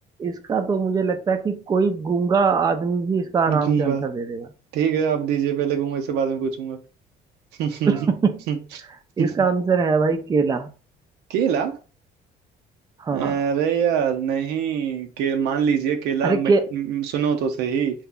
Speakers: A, on the right (about 20°); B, on the right (about 80°).
A: इसका तो मुझे लगता है कि कोई गूंगा आदमी भी इसका आराम
B: गूंगा
A: से आंसर दे देगा
B: ठीक है आप दीजिए पहले गूंगा इससे बाद में पूछूंगा <laughs>
A: <laughs> इसका आंसर है भाई केला
B: केला
A: हाँ
B: अरे यार नहीं के मान लीजिए केला
A: अरे
B: मिट,
A: के
B: म- सुनो तो सही